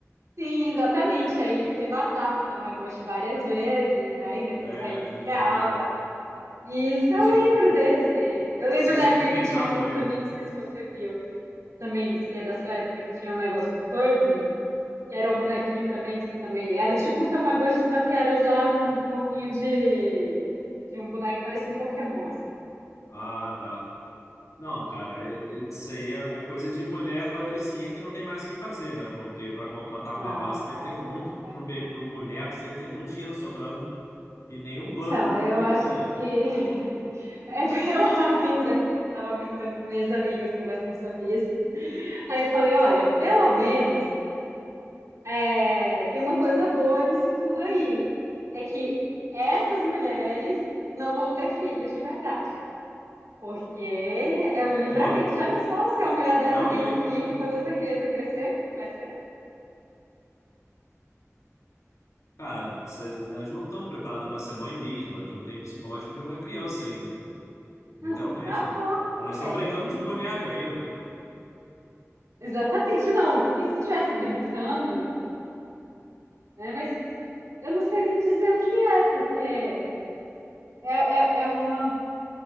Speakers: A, on the right; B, on the left.
A: Sim, exatamente. Aí você matava o Tamagotchi várias vezes, né? E depois
B: É,
A: reiniciava.
B: ele morria.
A: Isso
B: Você
A: eu
B: tinha,
A: lembro
B: que-
A: desse. Eu lembro
B: você
A: da
B: tinha
A: época
B: que brincar
A: que tinha um
B: com ele.
A: também, não sei se você viu, também, se é da sua época, que tinha um negócio Furby, que era um bonequinho também, que você também era tipo um Tamagotchi, só que era já num corpinho de, de um boneco que parecia um Pokémon, assim.
B: Ah, tá. Não, cara, e- e- isso aí é, é coisa de mulher
A: Mas
B: patricinha
A: esse.
B: que não tem mais o que fazer, né? Porque pra contratar um
A: Não,
B: babá, você
A: cara.
B: deve ter muito.
A: é-
B: Pra um, be- pra um boneco, você deve ter muito dinheiro sobrando. E nenhum plano
A: Então,
B: do
A: eu
B: que
A: acho
B: usar ele.
A: que <laughs> é pelo menos. Eu tava brincando com minhas amigas, conversando sobre isso. Aí eu falei: olha, pelo menos é, tem uma coisa boa nisso tudo aí. É que essas mulheres não vão ter filhos de verdade. Porque é um livramento.
B: Pô,
A: Já pensou "Oh, se uma mulher dessa
B: é
A: tem um filho,
B: um.
A: quando essa criança crescer, o que que vai ser?
B: Cara, essa- elas não estão preparadas para ser mãe mesmo, elas não têm o psicológico de uma criança ainda, literalmente.
A: Não, você tá louco.
B: Elas estão
A: É,
B: brincando
A: é-
B: de boneca ainda, pô.
A: Exatamente, não. E se estivesse brincando. né? Mas eu não sei nem dizer o que é, porque é, é, é uma,